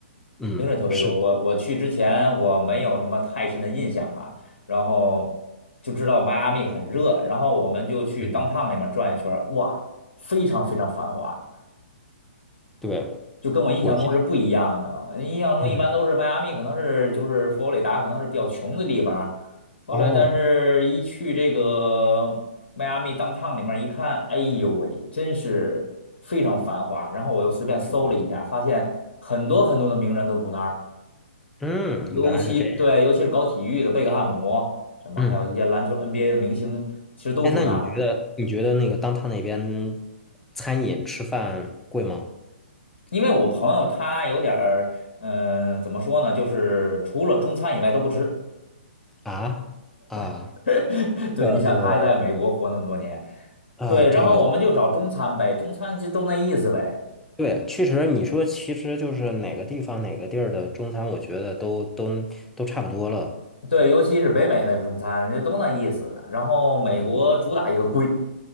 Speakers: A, in the centre; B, on the left (about 60°).
A: 嗯，
B: 名人特别多，
A: 是的，
B: 我我去之前我没有什么太深的印象哈，然后就知道迈阿密很热，然后我们就去
A: 嗯，
B: downtown 里面转一圈儿哇，非常非常繁华，
A: 对，
B: 就跟我印象中是不一样的。
A: 我其实。
B: 印象中一般都是迈阿密可能是就是佛罗里达可能是比较穷的地方，
A: 嗯。
B: 后来但是一去这个迈阿密
A: 哦，
B: downtown 里面一看，哎呦喂，真是非常繁华。然后我又随便搜了一下，
A: 哦
B: 发现很多很多的名人都住那儿。
A: 嗯，
B: 尤其对，
A: 原来是这样。
B: 尤其是搞体育的贝克汉姆，什么还有一些篮球
A: 嗯，
B: NBA 的明星，其实都住那儿。
A: 哎，那你觉得你觉得那个当他那边餐饮吃饭贵吗？
B: 因为我朋友他有点儿，嗯、怎么说呢，就是除了中餐以外都不吃。
A: 啊啊，
B: <laughs>
A: 这个就
B: 对，你想他还在美国活那么多年，
A: 啊，
B: 对，
A: 这个就
B: 然后我们就找中餐呗，中餐就都那意思呗。
A: 对，确实你说其实就是哪个地方哪个地儿的中餐，我觉得都都都差不多了。
B: 对，尤其是北美的中餐就都那意思。然后美国主打一个贵，